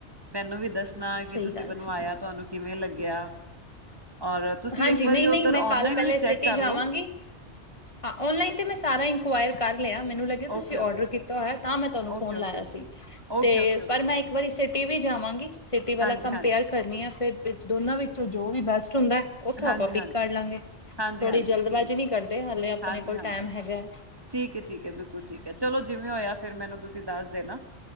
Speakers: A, on the right; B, on the left.
A: ਮੈਨੂੰ ਵੀ ਦੱਸਣਾ
B: ਸਹੀ
A: ਕਿ ਤੁਸੀਂ
B: ਗੱਲ
A: ਬਣਵਾਇਆ
B: ਹੈ।
A: ਤੁਹਾਨੂੰ ਕਿਵੇਂ ਲੱਗਿਆ ਔਰ ਤੁਸੀਂ
B: ਹਾਂਜੀ
A: ਇੱਕ ਵਾਰੀ
B: ਨਹੀਂ
A: ਓਧਰ
B: ਨਹੀਂ ਮੈਂ
A: ਓਨਲਾਈਨ
B: ਕੱਲ ਪਹਿਲੇ
A: ਵੀ ਚੈਕ
B: ਸਿਟੀ
A: ਕਰਲੋ
B: ਜਾਵਾਂਗੀ ਹਾਂ, ਓਨਲਾਈਨ ਤੇ ਮੈਂ ਸਾਰਾ ਇਨਕੁਇਰ ਕਰ ਲਿਆ ਮੈਨੂੰ ਲੱਗਿਆ
A: ਓਕੇ,
B: ਤੁਸੀਂ ਡਰ
A: ਓਕੇ,
B: ਕੀਤਾ ਹੋਇਆ ਤਾਂ ਮੈਂ ਤੁਹਾਨੂੰ
A: ਓਕੇ,
B: ਫੋਨ
A: ਓਕੇ,
B: ਲਾਇਆ
A: ਓਕੇ।
B: ਸੀ
A: ਓਕੇ,
B: ਤੇ
A: ਓਕੇ, ਓਕੇ
B: ਪਰ ਮੈਂ ਇੱਕ ਵਾਰੀ ਸਿਟੀ ਵੀ ਜਾਵਾਂਗੀ। ਸਿਟੀ ਵਾਲਾ
A: ਹਾਂਜੀ,
B: ਕੰਪੇਅਰ
A: ਹਾਂਜੀ,
B: ਕਰਨੀ ਆ। ਫੇਰ ਦੋਨਾਂ ਵਿੱਚੋਂ ਜੋ ਵੀ ਬੈਸਟ ਹੁੰਦਾ ਉਥੋਂ
A: ਹਾਂਜੀ,
B: ਆਪਾਂ ਪਿਕ
A: ਹਾਂਜੀ।
B: ਕਰ ਲਾਂਗੇ।
A: ਹਾਂਜੀ,
B: ਥੋੜ੍ਹੀ
A: ਹਾਂਜੀ
B: ਜਲਦਬਾਜ਼ੀ
A: ਠੀਕ
B: ਨਹੀਂ
A: ਹੈ।
B: ਕਰਦੇ। ਹਾਲੇ ਆਪਣੇ
A: ਹਾਂਜੀ,
B: ਕੋਲ
A: ਹਾਂਜੀ
B: ਟਾਈਮ ਹੈਗਾ ਹੈ।
A: ਠੀਕ ਹੈ-ਠੀਕ ਹੈ, ਬਿਲਕੁਲ ਠੀਕ ਹੈ। ਚਲੋ ਜਿਵੇਂ ਹੋਇਆ ਫੇਰ ਮੈਨੂੰ ਤੁਸੀਂ ਦੱਸ ਦੇਣਾ